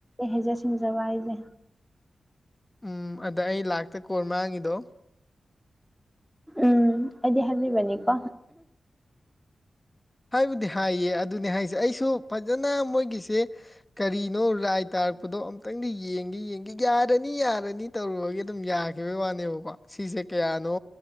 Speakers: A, in the centre; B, on the left.
A: ꯍꯩꯖꯦ ꯁꯤꯡꯖꯕ ꯍꯥꯏꯁꯦ
B: ꯎꯝ ꯑꯗ ꯑꯩ ꯂꯥꯛꯇ ꯀꯣꯔ ꯃꯥꯡꯉꯤꯗꯣ
A: ꯎꯝ ꯑꯩꯗꯤ ꯍꯥꯏꯕꯤꯕꯅꯤꯀꯣ
B: ꯍꯥꯏꯕꯨꯗꯤ ꯍꯥꯏꯌꯦ ꯑꯗꯨꯅꯦ ꯍꯥꯏꯁꯦ ꯑꯩꯁꯨ ꯐꯖꯅ ꯃꯣꯏꯒꯤꯁꯦ ꯀꯔꯤꯅꯣ ꯔꯥꯏ ꯇꯥꯔꯛꯄꯗꯣ ꯑꯝ ꯇꯪꯗꯤ ꯌꯦꯡꯗꯤ ꯌꯦꯡꯒꯦ ꯌꯥꯔꯅꯤ ꯌꯥꯔꯅꯤ ꯇꯧꯔꯨꯕꯒꯤ ꯑꯗꯨꯝ ꯌꯥꯈꯤꯕꯒꯤ ꯋꯥꯅꯦꯕꯀꯣ ꯁꯤꯁꯦ ꯀꯌꯥꯅꯣ